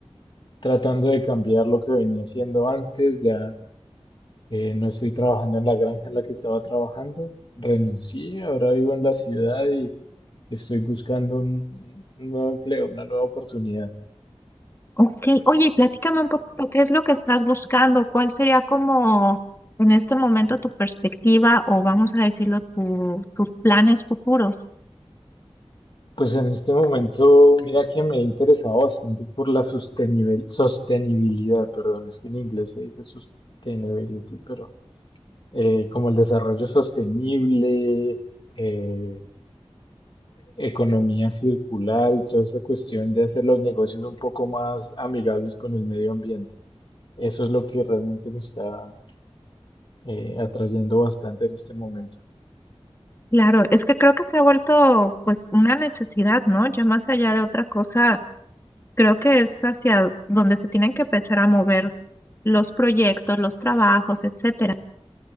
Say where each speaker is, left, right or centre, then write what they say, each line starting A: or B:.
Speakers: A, on the left; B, on the left.
A: tratando de cambiar lo que venía haciendo antes, ya Eh, no estoy trabajando en la granja en la que estaba trabajando. Renuncié, ahora vivo en la ciudad y estoy buscando un, un nuevo empleo, una nueva oportunidad.
B: Ok, oye, y platícame un poquito, ¿qué es lo que estás buscando? ¿Cuál sería como en este momento tu perspectiva o vamos a decirlo, tu- tus planes futuros?
A: Pues en este momento, mira que me he interesado bastante por la sostenibil- sostenibilidad, perdón, es que en inglés se dice sustainability, pero eh, como el desarrollo sostenible, eh, economía circular y toda esa cuestión de hacer los negocios un poco más amigables con el medio ambiente. Eso es lo que realmente me está eh, atrayendo bastante en este momento.
B: Claro, es que creo que se ha vuelto pues una necesidad, ¿no? Ya más allá de otra cosa, creo que es hacia donde se tienen que empezar a mover los proyectos, los trabajos, etcétera.